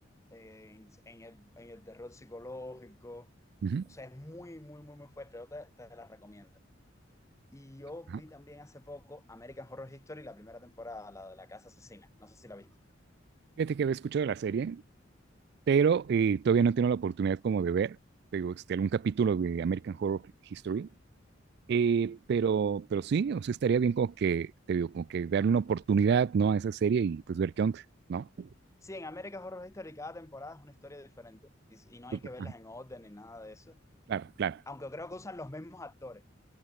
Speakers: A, on the left (about 15°); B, on the right (about 60°).
A: eh, en, en el, en el terror psicológico.
B: ujú,
A: O sea, es muy, muy, muy, muy fuerte. Yo te, te la recomiendo. Y yo
B: ajá.
A: vi también hace poco American Horror History, la primera temporada, la de la casa asesina. No sé si la viste.
B: Fíjate que había escuchado la serie, pero eh, todavía no tengo la oportunidad como de ver, te digo, este, algún capítulo de American Horror History, eh, pero, pero sí, o sea, estaría bien como que, te digo, como que darle una oportunidad, ¿no? A esa serie y pues ver qué onda, ¿no?
A: Sí, en American Horror Story cada temporada es una historia diferente y, y no
B: Súper,
A: hay que verlas
B: ajá,
A: en orden ni nada de eso.
B: Claro, claro.
A: Aunque creo que usan los mismos actores.